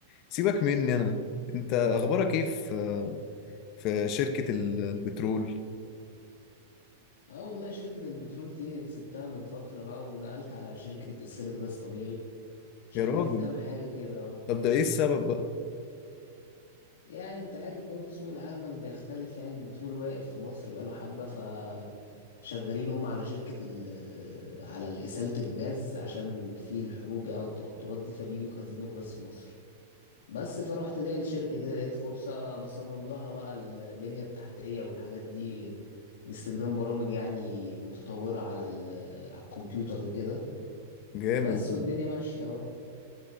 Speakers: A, on the left; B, on the left.
A: سيبك مني انا انت اخبارك ايه في في شركة ال- البترول
B: اه والله شركة البترول دي سبتها من فترة بقى ونقلت على شركة إسالة غاز طبيعي شغال
A: يا راجل
B: في كام حاجة كده اه
A: طب ده ايه السبب بقى
B: يعني انت عارف برضه سوق العمل بيختلف يعني البترول واقف في مصر بقاله حبة ف شغالين هم على شركة ال آه، على إسالة الغاز عشان في الحروب أو التوترات دي فبييجوا يخزنوا غاز في مصر بس فروحت ناقل شركة كده لقيت فرصة بصمم لها بقى البنية التحتية والحاجات دي باستخدام برامج يعني متطورة على ال آه، على الكمبيوتر وكده
A: جامد
B: بس
A: يا
B: والدنيا
A: ابني.
B: ماشية اه